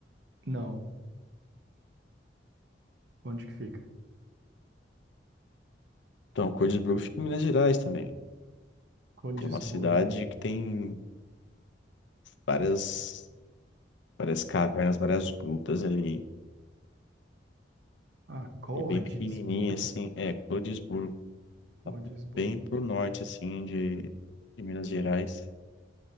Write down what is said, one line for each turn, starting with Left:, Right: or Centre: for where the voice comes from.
Right: Não, onde que fica?
Left: Então, Cordisburgo fica em Minas Gerais também.
Right: Cordisburgo.
Left: É uma cidade que tem várias, várias cavernas, várias grutas ali.
Right: Ah, Cordisburgo.
Left: E bem pequenininha, assim. É, Cordisburgo.
Right: Cordisburgo.
Left: Tá bem pro norte, assim, de, de Minas Gerais.